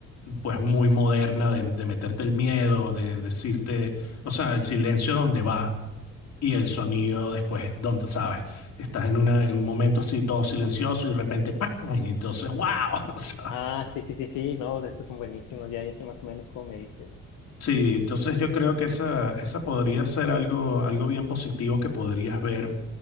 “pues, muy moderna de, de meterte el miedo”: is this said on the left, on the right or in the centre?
Left